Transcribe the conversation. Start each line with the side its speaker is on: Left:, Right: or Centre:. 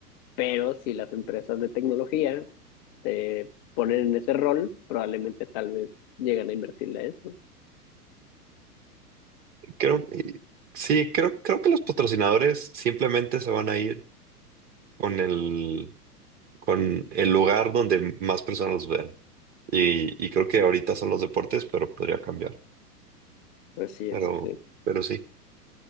Left: pero si las empresas de tecnología se ponen en ese rol, probablemente tal vez llegan a invertirle a eso.
Right: Creo, y- sí, creo, creo que los patrocinadores simplemente se van a ir con el, con el lugar donde más personas los vean. Y, y creo que ahorita son los deportes, pero podría cambiar.
Left: Así
Right: Pero,
Left: es, sí.
Right: pero sí,